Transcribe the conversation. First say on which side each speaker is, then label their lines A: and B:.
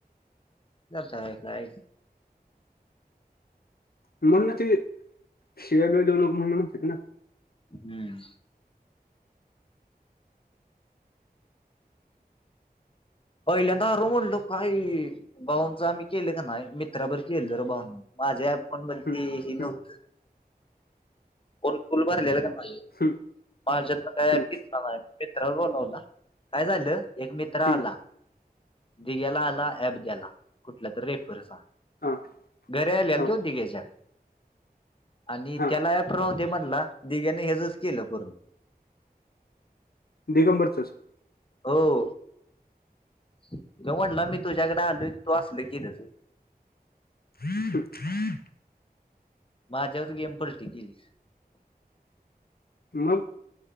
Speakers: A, on the left (about 35°); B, on the left (about 70°).
A: ता एक.
B: मग ना ते शेव्या बीव्या देऊ नको म्हणत होतात ना ते.
A: हम्म. पहिल्यांदार म्हणलं काही बाहंच आम्ही केलं का नाही मित्राबर केलं र बाहंना. माझ्या फोन मही
B: हम्म,
A: नव्हतं.
B: हम्म,
A: कोण फुल भरलेलं नाही
B: हम्म,
A: म ज्यांना काय
B: हम्म,
A: घेतला नाही. मित्रवर बोलावला काय झालं एक मित्र
B: हम्म,
A: आला. दिघ्याला आला ऍप द्याला कुठला तररी रेफरचा.
B: हा
A: घर आलेलती
B: हा
A: तो दिग्याच्या आणि
B: हा
A: त्याला अप रा दे म्हणला दिग्याने हेचच केलं पूर्ण.
B: दिगंबरचंच.
A: हो. <unintelligible> ज म्हटलं मी तुझ्यागड आलो तू असल कि.
B: हम्म हम्म.
A: माझ्यावरती गेम पलट गेली
B: मग.